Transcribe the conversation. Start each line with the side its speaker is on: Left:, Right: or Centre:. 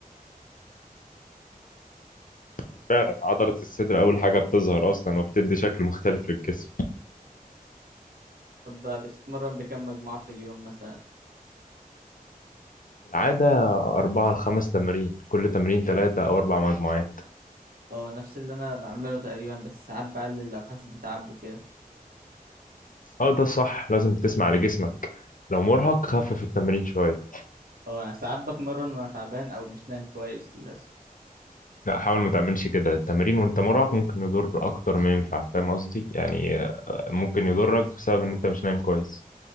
Left: <laughs> فعلا عضلة الصدر أول حاجة بتظهر أصلا وبتدي شكل مختلف للجسم
Right: طب آه، بتتمرن بكم مجموعة في اليوم مثلا
Left: في العادة أربعة لخمس تمارين كل تمرين تلاتة أو أربع مجموعات
Right: اه نفس اللي انا بعمله تقريبا بس ساعات بقلل لو حاسس بتعب وكده
Left: أه ده صح لازم تسمع لجسمك لو مرهق خفف التمرين شوية
Right: اه انا ساعات بتمرن وانا تعبان او مش نايم كويس للاسف
Left: لا حاول ما تعملش كده التمرين وانت مرهق ممكن يضر اكتر ما ينفع فاهم قصدي يعني آه، ممكن يضرك بسبب ان انت مش نايم كويس